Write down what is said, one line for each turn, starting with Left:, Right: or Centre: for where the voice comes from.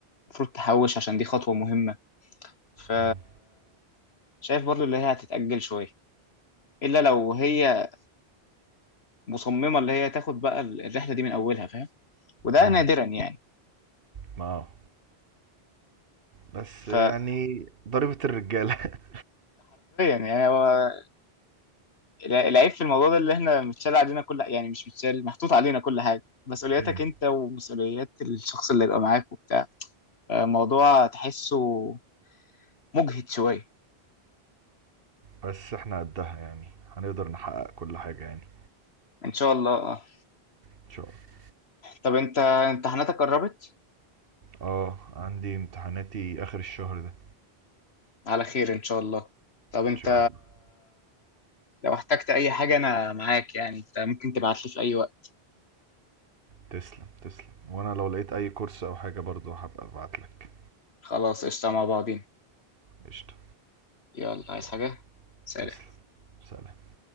Left: المفروض تحوش عشان دي خطوة مهمة ف
Right: مم.
Left: شايف برضو اللي هي هتتأجل شوية الا لو هي مصممة اللي هي تاخد بقى الرحلة دي من اولها فاهم وده
Right: مم.
Left: نادرا يعني
Right: ما بس
Left: فحرفيا
Right: يعني ضريبة الرجالة
Left: يعني هو العيب في الموضوع ده اللي احنا متشال علينا كل يعني مش متشال محطوط علينا كل حاجة مسؤولياتك
Right: <laughs> مم.
Left: انت ومسؤوليات الشخص اللي يبقى معاك وبتاع آه، موضوع تحسه مجهد شوية
Right: بس احنا قدها يعني هنقدر نحقق كل حاجة يعني
Left: إن شاء الله آه.
Right: ان شاء الله
Left: طب أنت امتحاناتك قربت
Right: اه عندي امتحاناتي اخر الشهر ده
Left: على خير إن شاء الله طب أنت
Right: ان شاء الله
Left: لو احتجت أي حاجة أنا معاك يعني أنت ممكن تبعتلي في أي وقت
Right: تسلم تسلم وانا لو لقيت اي كورس او حاجة برضو هبقى ابعتلك
Left: خلاص قشطة مع بعضين
Right: قشطة
Left: يلا عايز
Right: يلا
Left: حاجة؟ سلام
Right: تسلم سلام